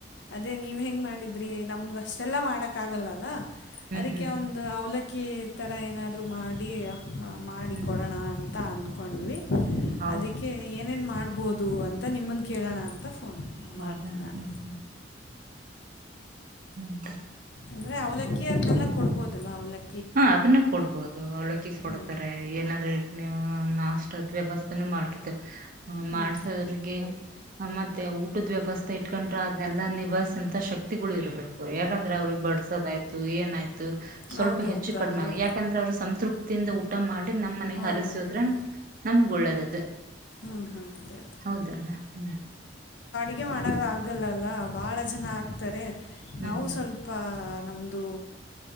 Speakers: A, on the left (about 75°); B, on the right (about 50°).
A: ಅದೇ ನೀವ್ ಹೆಂಗ್ ಮಾಡಿದ ಅದ್ರೀ ನಮ್ಗ ಅಷ್ಟೆಲ್ಲ ಮಾಡಕ್ ಆಗಲ್ಲಲ್ಲ
B: ಹ್ಮ್
A: ಅದಕ್ಕೆ
B: ಹ್ಮ್ ಹ್ಮ್
A: ಒಂದು ಅವಲ ಅಕ್ಕಿ ಈ ಥರ ಏನಾದರೂ ಮಾಡಿ ಹಾ ಮಾಡಿಕ
B: ಹ್ಮ್
A: ಕೊಡೋಣ ಅಂತ ಅಂದ್ಕೊಂಡ್ವಿ
B: ಹೌದು
A: ಅದಕ್ಕೆ ಏನ್ ೇನ್ ಮಾಡ್ಬೋದು ಅಂತ ನಿಮ್ಮನ್ ಕೇಳೋಣ ಅಂತ ಫೋನ್
B: ಹೌದಾ
A: ಮಾಡಿದೆ ನಾನು
B: ಹ್ಮ್ ಹ್ಮ್ ಹ್ಮ್
A: ಅಂದ್ರೆ ಅವ್ಲಕ್ಕಿ ಅದ್ನೆಲ್ಲ ಕೊಬಹದಲ್ಲ ಅವಲಕ್ಕ
B: ಹಾ ಅದನ್ನ ಕೊಡ್ಬೋದು ಅವಳಕಿ ಕೊಡ್ತಾರೆ
A: ಹ್ಞೂ
B: ಏನಾದ್ರು ಇಡ್ ನಾಶ ವ್ಯವಸ್ಥೆನ ಮಾಡಿವಿ ಹ
A: ಹ್ಞೂ
B: ಮಾಡ್ಸದ್ರಿಗೆ
A: ಹ್ಞೂ
B: ಮತ್ತೆ ಊಟದ್ ವ್ಯವಸ್ಥೆ ಇಟ್ಕೊಂಡ್ರೆ ಅದ್ನೆೆಲ್ಲಾ ನಿಭಾಯ್ಂತ ಶಕ್ತಿಗಳು ಇರಬೇಕು ಂದ್ರೆ ಅವ್ರಗ್ ಬಡಸೋದಾಯ್ತು ಏನಾಯ್ತು ಸ್ವಲ್ಪ
A: ಹೌದೌದು
B: ಹೆಚ್ಚು ಕಡಮೆ
A: ಆಯಿತು
B: ಯಾಕಂದ್ರೆ ಅವ್ರ ಸಂತೃಪ್ತಿ ತಿಂದ ಊಟ ಮಾಡಿ ನಮ್ಮ ಮನೆಗೆ
A: ಹೌದು
B: ಹಸೋದ್ರ
A: ಹೌದು
B: ನಮಗ್ ಒಳ್ಳೇದದು
A: ಹ್ಞೂ ಹಾಂ ಅದೇ
B: ಹೌದಲ್ಲ ಹ್ಮ್
A: ಹಗೆ ಮಾಡದ ಆಗಲ್ಲಲ್ಲ ಬಾಳ ಜನ ಆಕ್ತಾರೆ
B: ಹ್ಮ್
A: ನಾವು
B: ಹ್ಮ್
A: ಸ್ವಲ್ಪ ನಮ್ಮದುೂ